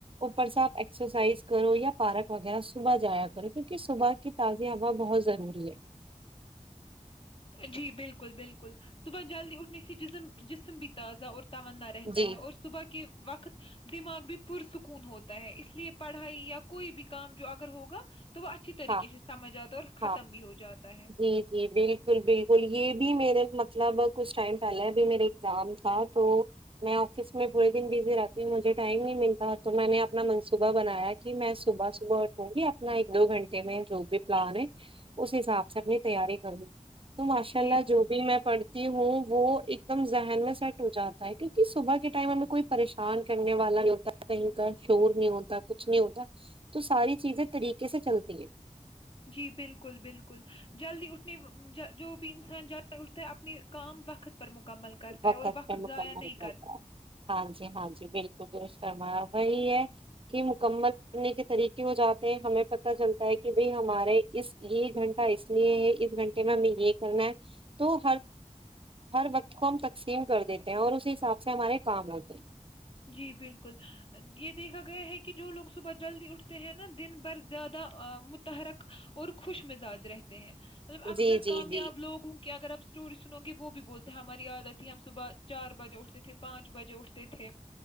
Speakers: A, on the right; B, on the left.
A: اوپر سے آپ ایکسرسائز کرو یا پارک وغیرہ صبح جایا کرو کیونکہ صبح کی تازی ہوا بہت ضروری ہے
B: جی بالکل بالکل صبح جلدی اٹھنے سے جسم جسم بھی تازہ اور تنا رہتا
A: جی
B: ہے اور صبح کے کے وقت دماغ بھی پرسکون ہوتا ہے اس لیے پڑھائی یا کوئی بھی کام جو اگر ہوگا تو وہ اچھی طریقے
A: ہاں
B: سے سمجھ آتا اور ختم
A: ہاں
B: بھی ہو جاتا ہے
A: جی جی بالکل بالکل یہ بھی میرے مطلب کچھ ٹائم پہلے بھی میرے ایگزام تھا تو میں آفس میں پورے دن بزی رہتی ہوں مجھے ٹائم نہیں ملتا تو میں نے اپنا منصوبہ بنایا کہ میں صبح صبح اٹھوں گی اپنا ایک دو گھنٹے میں جو بھی پلان ہے اس حساب سے اپنی تیاری کرنی تو ماشاء اللہ
B: جی
A: جو بھی میں پڑھتی ہوں وہ ایک دم ذہن میں سیٹ ہو جاتا ہے کیکہ صبح کے ٹائم ہمیں کوئی پریشان کرنے والا نہیں ہوتا کہیں کا شور نہیں ہوتا کچھ نہیں ہوتا تو ساری چیزیں طریقے سے چل جھ
B: جی بالکل بالکل جلدی اٹھنے جو بھی انسان جد اٹھتا ہے اپنے کام وقت پر مکمل کرتا
A: وقت
B: ہے اور
A: پہ مکمل
B: ضائع نہیں
A: کرتا ہے ہاں جی ہاں جی بالکل ا وہی ہے کہ مکمل کرنے کے طریقے ہو جاتے ہیں ہمیں پتہ چلتا ہے کہ بھائی ہمارے اس یہ گھنٹہ اس لیے ہے اس گھنٹے میں ہمیں یہ کرنا ہے تو ہر ہر وقت کو ہم تقسیم کر دیتے ہیں اور اسی حساب سے ہمارے کام ہوتے ہیں
B: جی بالکل یہ دیکھا گیا ہے کہ جو لوگ صبح جلدی اٹھتے ہیں نا دن بھر زیادہ متحرک اور خوش مزاج رہتے ہیں مطلب
A: ہیں
B: اکثر
A: جی جی
B: کامیاب
A: جی
B: لوگوں کہ اگر آپ اسٹوری سنو گے وہ بھی بولتے ہیں ہماری یااد آتی ہے ہم صبح چار بجے اٹھتے تھے پانچ بجے اٹھتے تھے